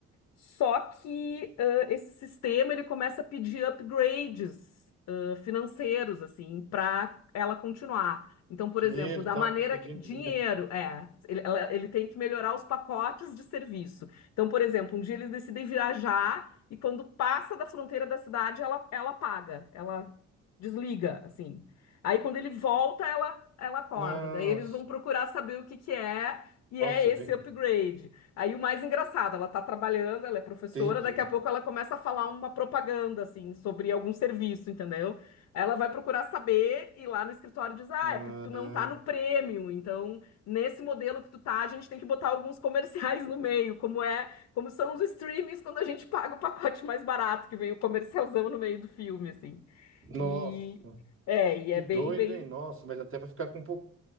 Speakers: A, on the left; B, on the right.
A: Só que ah, esse sistema ele começa a pedir upgrades ah, financeiros assim para ela continuar. Então, por
B: Dinheiro
A: exemplo, da
B: e tal,
A: maneira
B: fica pedindo
A: que... dinheiro,
B: dinheiro.
A: é, ele, ela- ele tem que melhorar os pacotes de serviço. Então, por exemplo, um dia eles decidem viajar e quando passa da fronteira da cidade, ela, ela paga, ela desliga, assim. Aí quando ele volta, ela, ela acorda.
B: Nossa,
A: Daí eles vão procurar saber o que que é e
B: nossa,
A: é esse
B: bem,
A: upgrade. Aí o mais engraçado, ela tá trabalhando, ela é professora,
B: entendi.
A: daqui a pouco ela começa a falar uma propaganda, assim, sobre algum serviço, entendeu? Ela vai procurar saber e lá no escritório diz, ah,
B: Ah,
A: é porque tu não tá no prêmio, então nesse modelo que tu tá, a gente tem que botar alguns comerciais no meio, como é, como são os streamings quando a gente paga o pacote mais barato, que vem o comercialzão no meio do filme, assim.
B: nossa.
A: E é, e é
B: Que
A: bem,
B: doido,
A: bem,
B: hein? Nossa, mas até para ficar com um pouco